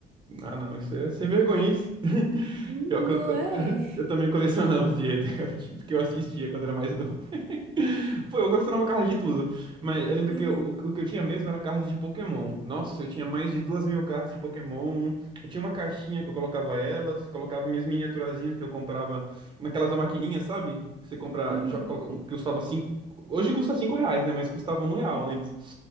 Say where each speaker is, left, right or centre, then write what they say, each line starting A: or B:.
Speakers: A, on the right (about 30°); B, on the right (about 65°).
A: Ah, não, isso é sem vergonhice. <laughs>
B: Não
A: Pior que eu, eu,
B: é?
A: eu também colecionava os de Rebelde, <laughs> porque eu assistia quando era mais novo. <laughs> Pô, eu colecionava cards de tudo. Mas eu lembro
B: Uhum,
A: que eu- o, o que eu tinha mesmo era card de Pokémon. Nossa, eu tinha mais de duas mil cartas de Pokémon. Eu tinha uma caixinha que eu colocava elas, colocava minhas miniaturazinhas que eu comprava naquelas maquininhas, sabe? Que Você compra,
B: uhum,
A: jo- colo- um que custava cinco. Hoje custa cinco reais, né? Mas custava um real antes.